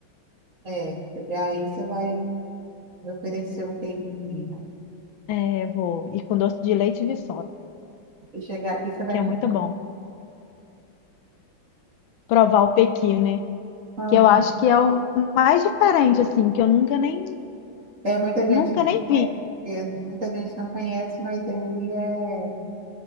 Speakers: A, on the right; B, on the left.
A: É, chegar aí você vai me oferecer um queijinho de Minas.
B: É, vou. E com doce de leite e viçosa,
A: E chegar aqui você vai
B: que é
A: comer.
B: muito bom. Provar o pequi, né?
A: Ah,
B: Que eu acho que é o mais diferente, assim, que eu nunca nem,
A: é muita gente,
B: nunca nem vi.
A: é, é, muita gente não conhece, mas ele é,